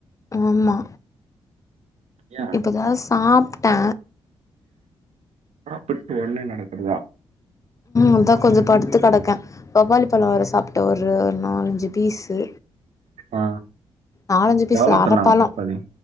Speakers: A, on the left; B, on the right.
A: ஆமா
B: ஏ
A: இப்பதா சாப்ட்ட
B: அப்பத்து ஒடனே நடக்குறதா
A: அதா கொஞ்சோ படுத்து கிடக்கே பபாளி பழோ வர சாப்ட்ட ஒரு நாலஞ்சு பீஸு
B: ஆ
A: நாலஞ்சு பீஸ்
B: எவளோ
A: அரப்பழோ
B: சொன்னாங்க பப்பாளி